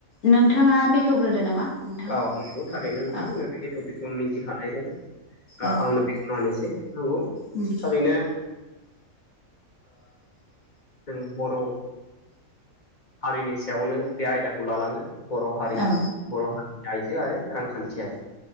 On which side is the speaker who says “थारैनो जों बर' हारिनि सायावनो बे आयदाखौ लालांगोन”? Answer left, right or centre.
Left